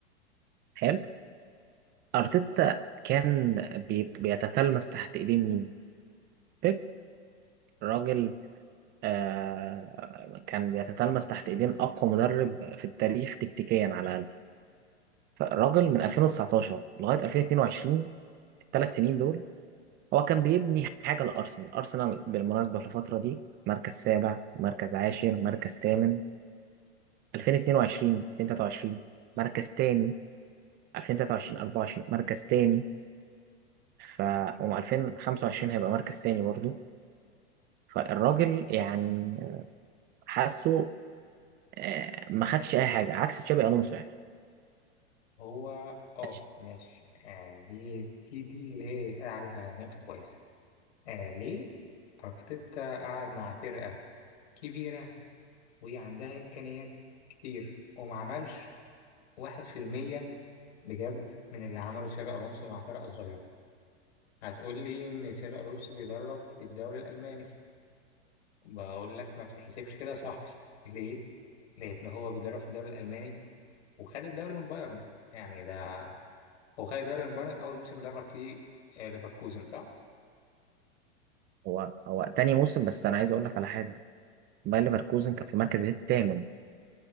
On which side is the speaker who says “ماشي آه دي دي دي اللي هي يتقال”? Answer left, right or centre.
Left